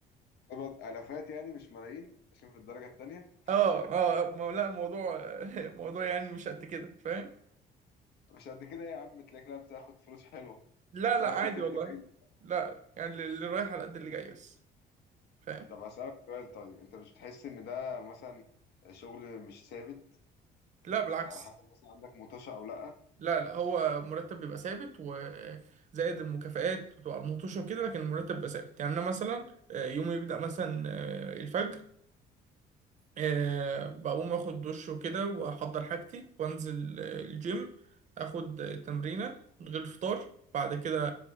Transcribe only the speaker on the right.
اه اه ما- لا موضوع <laughs> موضوع يعني مش قد كده فاهم
لا
لا
عادي
والله
لا يعني اللي رايح على قد اللي جاي بس فاهم
لا بالعكس
لا لا هو مرتب بيبقى ثابت وزائد المكافآت بتبقى على المطوشة وكده لكن المرتب بيبقى ثابت يعني أنا مثلا آه، يومي بيبدأ مثلا آه، الفجر أه بقوم اخد دش وكده واحضر حاجتي وانزل آه، الجيم اخد آه، تمرينة من غير فطار بعد كده